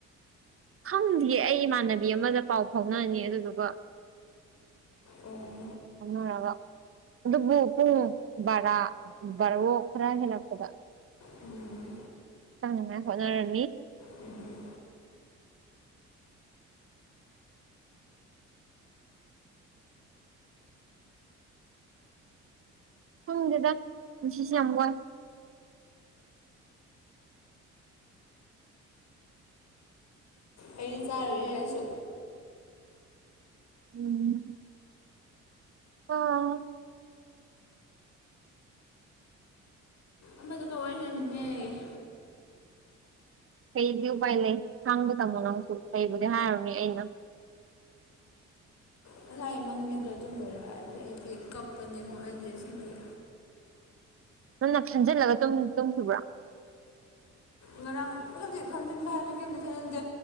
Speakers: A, on the right; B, on the left.
A: ꯈꯪꯗꯌꯦ ꯑꯩ ꯏꯃꯥꯟꯅꯕꯤ ꯑꯃꯗ ꯄꯥꯎ ꯐꯥꯎꯅꯅꯤ ꯑꯗꯨꯗꯨꯒ
B: ꯑꯣ
A: ꯔꯒ ꯑꯗꯨꯕꯨ ꯄꯨꯡ ꯕꯥꯔꯥ ꯕꯥꯔꯔꯣ ꯈꯔ ꯍꯦꯜꯂꯛꯄꯗ
B: ꯎꯝ
A: ꯑ ꯍꯅꯣꯅꯤ
B: ꯎꯝ ꯎꯝ
A: ꯈꯪꯗꯦꯗ ꯄꯨꯟꯁꯤꯁꯨ ꯌꯥꯝ ꯋꯥꯏ
B: ꯑꯩ ꯆꯥꯔꯨꯏ ꯍꯥꯏꯔꯁꯨ
A: ꯎꯝ ꯑ
B: ꯑꯃꯗꯨꯒ ꯋꯥꯔꯤ ꯁꯥꯅꯅꯤꯡꯉꯦ
A: ꯀꯩꯗꯤ ꯎꯄꯥꯏ ꯂꯩ ꯈꯥꯡꯕ ꯇꯝꯃꯣ ꯅꯪꯁꯨ ꯀꯩꯕꯨꯗꯤ ꯍꯥꯏꯔꯨꯅꯤ ꯑꯩꯅ
B: ꯉꯁꯥꯏ ꯃꯪꯒꯤꯗꯣ ꯑꯆꯨꯝꯕ ꯑꯣꯏꯔꯛꯑꯗꯤ ꯑꯩꯗꯤ ꯀꯞꯄꯅꯤꯉꯣ ꯑꯩꯗꯤ ꯑꯁꯦꯡꯕꯒꯤ
A: ꯅꯪꯅ ꯈꯟꯖꯤꯜꯂꯒ ꯇꯨꯝ ꯇꯨꯝꯈꯤꯕ꯭ꯔꯣ
B: ꯉꯔꯥꯡ ꯈꯟꯗꯤ ꯈꯟꯖꯤꯟꯕ ꯍꯥꯏꯕꯗꯤ ꯀꯩꯝꯇ ꯈꯟꯅꯗꯦ